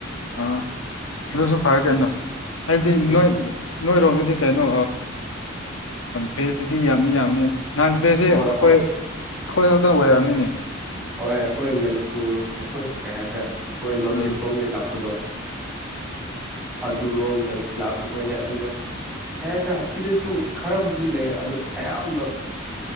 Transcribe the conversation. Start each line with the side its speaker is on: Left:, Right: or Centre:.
Left: ꯑꯥ ꯑꯗꯨꯁꯨ ꯐꯔꯦ ꯀꯩꯅꯣ ꯍꯥꯏꯕꯗꯤ
Centre: ꯎꯝ
Left: ꯅꯣꯏ ꯅꯣꯏꯔꯣꯝꯅꯗꯤ ꯀꯩꯅꯣ ꯚꯦꯖ꯭ꯁꯇꯗꯤ ꯌꯥꯝꯗꯤ ꯌꯥꯝꯕꯅꯤ ꯅꯥꯟ ꯚꯦꯖ꯭ꯁꯁꯦ
Centre: ꯍꯣꯏ
Left: ꯑꯩꯈꯣꯏ
Centre: ꯍꯣꯏ
Left: ꯑꯩꯈꯣꯏ ꯈꯛꯇꯪ ꯑꯣꯏꯔꯝꯃꯤꯅꯦ
Centre: ꯍꯣꯏ ꯑꯩꯈꯣꯏ ꯃꯅꯤꯄꯨꯔ ꯑꯩꯈꯣꯏ ꯀꯩ ꯍꯥꯏ ꯍꯣꯏ ꯅꯣꯔꯠ
Left: ꯑꯥ
Centre: ꯏꯁ ꯔꯣꯝꯗꯩ ꯂꯥꯛꯄꯗꯣ ꯑꯗꯨꯔꯣꯝꯗ ꯂꯥꯛꯄ ꯍꯣꯏꯅꯦ ꯑꯗꯨꯒ ꯌꯥꯔꯦꯗ ꯁꯤꯗꯁꯨ ꯈꯔꯕꯨꯗꯤ ꯂꯩ ꯑꯗꯣ ꯑꯌꯥꯝꯕ